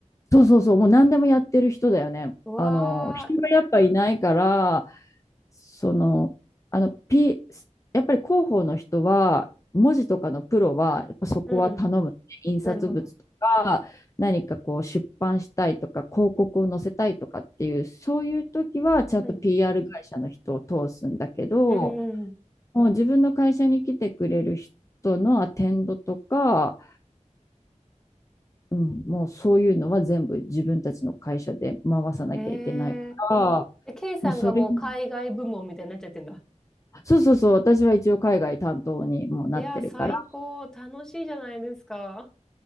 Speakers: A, on the left; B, in the centre.
A: そうそうそう、もう何でもやってる人だよね。
B: うわー、
A: あの、人がやっぱいないから、その、あの、P、やっぱり広報の人は、文字とかのプロは、やっぱそこは頼むね。
B: うんうん。
A: 印刷物とか、
B: なるほど。
A: 何かこう出版したいとか、広告を載せたいとかっていう、そういう時はちゃんと
B: うん
A: PR 会社の人を通すんだけど、
B: うんうん
A: もう自分の会社に来てくれる人のアテンドとか、うん、もうそういうのは全部自分たちの会社で回さなきゃいけないから、
B: ええで、ケイさんがもう海外部門みたいになっちゃってんだ。
A: もうそれもそうそうそう、私は一応海外担当にもうなってるから、
B: いやー、最高。楽しいじゃないですか。